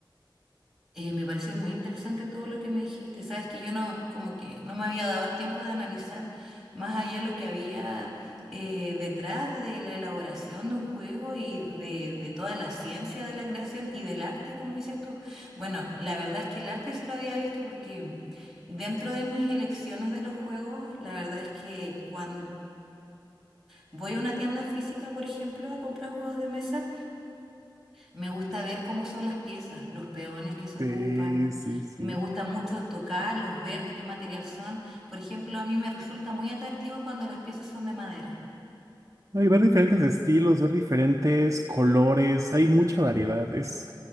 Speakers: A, in the centre; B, on the right.
A: Eh, me pareció muy interesante todo lo que me dijiste. Sabes que yo no, como que no me había dado el tiempo de analizar más allá lo que había eh, detrás de la elaboración de un juego y de, de toda la ciencia de la creación y del arte, como dices tú. Bueno, la verdad es que el arte sí lo había visto porque dentro de mis elecciones de los juegos, la verdad es que cuando voy a una tienda física, por ejemplo, a comprar juegos de mesa, me gusta ver cómo son las piezas, los peones que se
B: Sí,
A: ocupan.
B: sí, sí.
A: Me gusta mucho tocarlos, ver de qué material son. Por ejemplo, a mí me resulta muy atractivo cuando las piezas son de madera.
B: No, y ver diferentes estilos, ver diferentes colores, hay mucha variedad. Es,